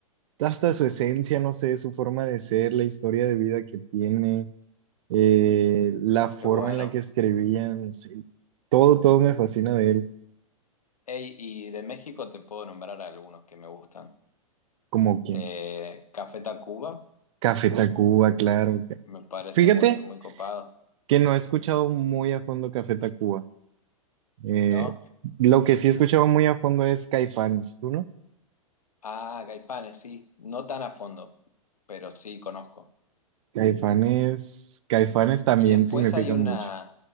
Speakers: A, on the right (about 55°); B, on the left (about 85°).
A: hasta su esencia, no sé, su forma de ser, la historia de vida que tiene, eh, la forma
B: Qué bueno.
A: en la que escribía, no sé, todo, todo me fascina de él,
B: Ey, y de México te puedo nombrar algunos que me gustan.
A: como quien,
B: Eh, Café Tacuba,
A: Café Tacuba, claro.
B: me parece
A: Fíjate.
B: muy, muy copado,
A: que no he escuchado muy a fondo Café Tacuba. Eh,
B: ¿no?
A: lo que sí he escuchado muy a fondo es Caifanes, ¿tú no?
B: Ah, Caifanes, sí, no tan a fondo, pero sí conozco.
A: Caifanes, Caifanes también
B: Y después
A: significa
B: hay una,
A: mucho.